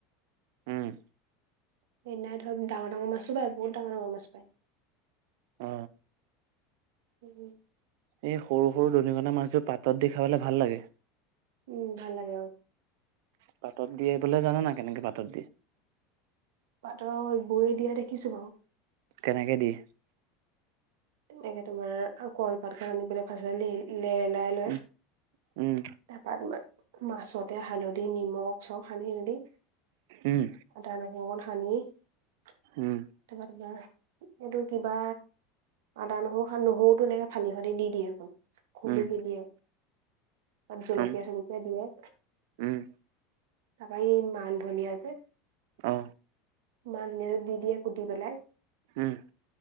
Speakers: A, on the right (about 60°); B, on the right (about 85°).
A: উম।
B: সেইদিনাই ধব ডাঙৰ ডাঙৰ মাছো পায়, বহু ডাঙৰ ডাঙৰ মাছ পায়।
A: অ।
B: <unintelligible>
A: এ সৰু সৰু দনিকনা মাছবোৰ পাতত দি খাবলে ভাল লাগে।
B: উম, ভাল লাগে। অ,
A: পাতত দিয়ে বোলে, জান না, নাই কেনেকে পাতত দিয়ে?
B: পাতত বৌ, দিয়া দেখিছো বাৰু।
A: কেনেকে দিয়ে?
B: এনেকে তোমাৰ কলপাত খান, আনি পেলাই <inaudible> লেলাই লয়।
A: উম উম
B: তাৰপৰা তোমাৰ মাছতে হালধি নিমখ চব, সানি মেলি
A: উম
B: আদা, নহৰু অকণ সানি <unintelligible>
A: উম।
B: এইটো কিবা আদা নহৰু, সা-নহৰুতো এনেকে ফালি, ফালি দি দিয়ে আকৌ। খুন্দি
A: উম
B: নিদিয়ে, তাত জলকীয়া-চলকীয়া
A: উম
B: দিয়ে।
A: উম,
B: তাৰপা এই মান ধনিয় যে
A: অ,
B: মান ধনিয়াটো দি দিয়ে কুটি পেলাই।
A: উম,